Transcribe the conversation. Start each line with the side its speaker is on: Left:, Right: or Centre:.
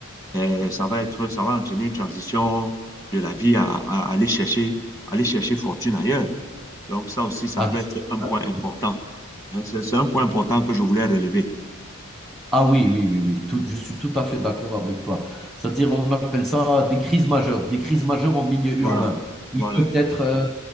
Left: Et ça va être, ça va entraîner une transition de la vie à, à aller chercher, aller chercher fortune ailleurs. Donc, ça aussi, ça
Centre: absolument.
Left: peut être un point important. Hein, c'est c'est un point important que je voulais relever.
Centre: Ah oui, oui, oui, oui, tout- je suis tout à fait d'accord avec toi. C'est-à-dire, on appelle ça des crises majeures, des crises majeures en milieu urbain.
Left: Voilà,
Centre: Ils
Left: voilà,
Centre: peuvent être, euh,